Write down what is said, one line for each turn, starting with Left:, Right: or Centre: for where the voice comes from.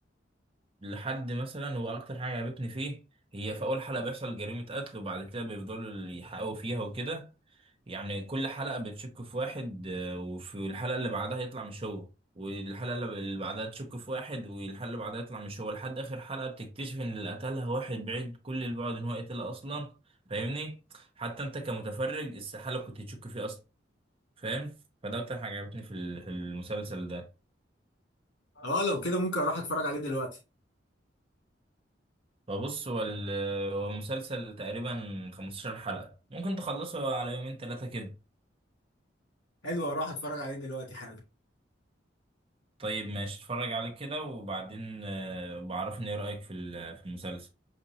Right: لحد مثلا هو أكتر حاجة عجبتني فيه هي في أول حلقة بيحصل جريمة قتل وبعد كده بيفضلوا يحققوا فيها وكده يعني كل حلقة بتشك في واحد آه، وفي الحلقة اللي بعدها يطلع مش هو والحلقة اللي اللي بعدها تشك في واحد والحلقة اللي بعدها يطلع مش هو لحد آخر حلقة بتكتشف إن اللي قتلها واحد بعيد كل البعد إن هو قتلها أصلا فاهمني؟ حتى أنت كمتفرج استحالة كنت تشك فيه فاهم فده اكتر حاجه عجبتني في ال- في المسلسل ده
Left: أه لو كده ممكن أروح أتفرج عليه دلوقتي
Right: فبص هو ال- هو مسلسل تقريبا 15 حلقه ممكن تخلصه على يومين ثلاثه كده
Left: حلو أروح أتفرج عليه دلوقتي حالا
Right: طيب ماشي اتفرج عليه كده وبعدين آه، بعرفني ايه رايك في ال- في المسلسل